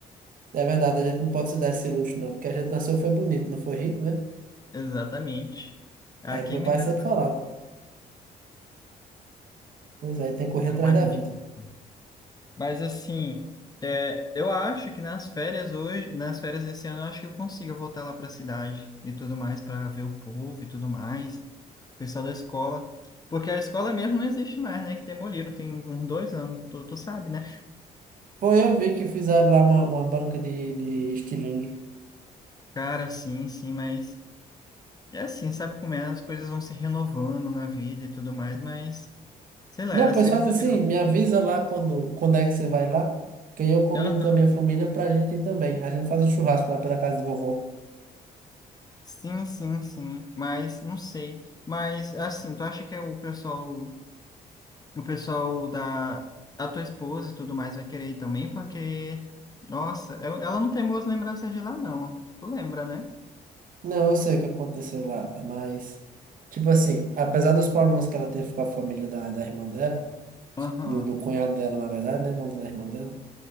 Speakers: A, on the right; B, on the left.
A: É verdade, a gente não pode se dar esse luxo, não, porque a gente nasceu foi bonito, não foi rico, né?
B: <laughs> Exatamente. Ah,
A: É
B: quem
A: que meu
B: me
A: pai
B: dera.
A: sempre falava. Pois é, tem que correr atrás
B: Era mais
A: da vida.
B: difícil. Mas assim, é, eu acho que nas férias hoje, nas férias desse ano, eu acho que eu consigo voltar lá para a cidade e tudo mais para ver o povo e tudo mais, o pessoal da escola, porque a escola mesmo não existe mais, né? Que demoliram tem uns dois anos, tu, tu sabe, né?
A: Foi eu vi que fizeram lá uma, uma banca de, de estilingue.
B: Cara, sim, sim, mas é assim, sabe como é? As coisas vão se renovando na vida e tudo mais, mas sei lá,
A: Não,
B: era
A: pois
B: ser
A: faz
B: legal.
A: assim, me avisa lá quando, quando é que você vai lá, que aí eu combino
B: Aham.
A: com a minha família pra gente ir também. A gente faz um churrasco lá pela casa de vovô.
B: Sim, sim, sim, mas não sei. Mas assim, tu acha que é o pessoal O pessoal da, da tua esposa e tudo mais vai querer ir também, porque, nossa, eu- ela não tem boas lembranças de lá, não. Tu lembra, né?
A: Não, eu sei o que aconteceu lá, mas, tipo assim, apesar dos problemas que ela teve com a família da, da irmã dela,
B: Aham,
A: do, do cunhado dela, na verdade, né? Não da irmã dela,